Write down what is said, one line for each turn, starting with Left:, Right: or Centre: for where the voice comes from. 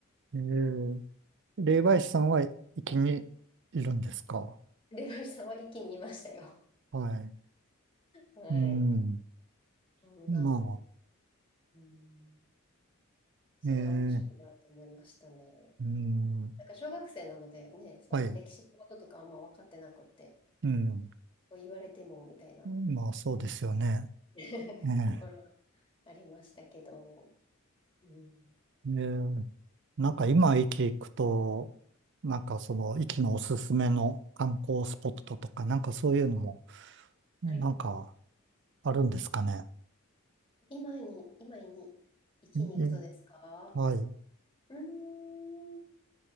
Right: えー、霊媒師さんは、きにいるんですか
Left: 霊媒師さんは息にいましたよ。
Right: はい。
Left: はい。
Right: うん。
Left: そんな、
Right: ま
Left: うんそれは面白いなと思いましたね。
Right: あ、ええ、うん、
Left: なんか小学生なのでね、そんな歴史のこととかあんま分かってなくって、
Right: はい、うん。
Left: こう言われてもみたいな
Right: まあ、そうですよね。
Left: <laughs>
Right: ええ、
Left: ところはありましたけど、うん、
Right: でなんか今、駅行くと、なんかその、駅のおすすめの観光スポットとか、なんかそういうのも、なんか
Left: はい。
Right: あるんですかね。
Left: 今に、今に生きに行くとですか
Right: いいはい、
Left: うーん。